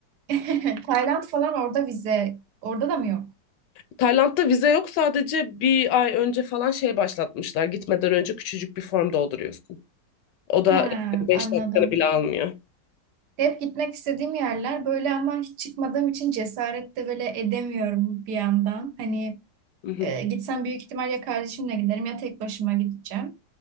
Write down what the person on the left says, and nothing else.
Tayland'da vize yok sadece bir ay önce falan şey başlatmışlar. Gitmeden önce küçücük bir form dolduruyorsun. O da
beş
dakikanı bile almıyor.
Hı hı,